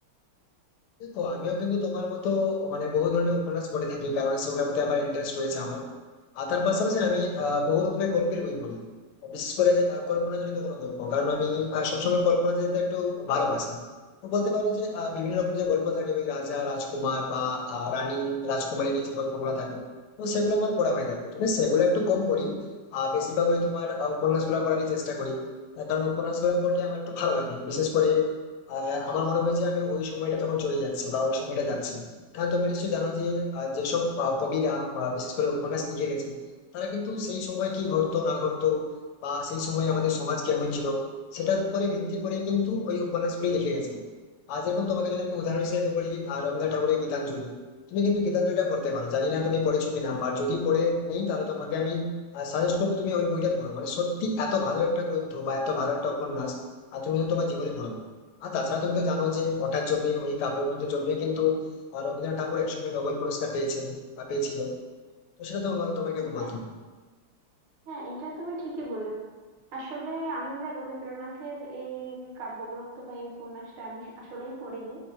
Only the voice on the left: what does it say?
দেখো আমিও কিন্তু তোমার মতো মানে বহু ধরনের উপন্যাস পড়ে থাকি কারণ সেগুলোর প্রতি আবার ইন্টারেস্ট রয়েছে আমার আর তার পাশাপাশি আমি আহ, বহু রকমের গল্পের বই পড়ি বিশেষ করে আহ, কল্পনাজনিত কোনো গল্প কারণ আমি আহ, সবসময় কল্পনা যেতে একটু ভালোবাসি তো বলতে পারো যে আহ, বিভিন্ন রকম যে গল্প থাকে ওই রাজা রাজকুমার বা আহ, রানী রাজকুমারী নিয়ে যে গল্পগুলো থাকে তো সেগুলো আমার পড়া হয়ে থাকে তবে সেগুলো একটু কম পড়ি আর বেশিরভাগ ওই তোমার উপন্যাস গুলা পড়ারই চেষ্টা করি আহ, কারণ উপন্যাস গুলা পড়লে আমার একটু ভালো লাগে বিশেষ করে আহ, আমার মনে হয়েছে আমি ওই সময়টা তখন চলে যাচ্ছি বা ওই সময়টা যাচ্ছি কারণ তুমি নিশ্চয়ই জানো যে আহ, যেসব আহ, কবিরা বা বিশেষ করে উপন্যাস লিখে গেছেন তারা কিন্তু সেই সময় কি ঘটতো না ঘটতো বা সেই সময় আমাদের সমাজ কেমন ছিল সেটার উপরে ভিত্তি করে কিন্তু ওই উপন্যাসগুলি লিখে গেছেন আর যেরকম তোমাকে যদি আমি উদাহরণ হিসেবে বলি আহ, রবীন্দ্রনাথ ঠাকুরের গীতাঞ্জলি তুমি কিন্তু গীতাঞ্জলিটা পড়তে পারো জানি না তুমি পড়েছো কিনা আর যদি পড়ে নেই তাহলে তোমাকে আমি সাজেস্ট করবো তুমি ওই বইটা পড়ো মানে সত্যি এত ভালো একটা গ্রন্থ বা এত ভালো একটা উপন্যাস আর তুমি হয়তো তোমার জীবনে পড়ো আর তাছাড়া তুমি তো জানো যে ওটার জন্যই ওই কাব্যগ্রন্থের জন্যই কিন্তু আহ, রবীন্দ্রনাথ ঠাকুর একসময় নোবেল পুরস্কার পেয়েছেন বা পেয়েছিল তো সেটা তো আহ, তোমাকে
আমি বলতাম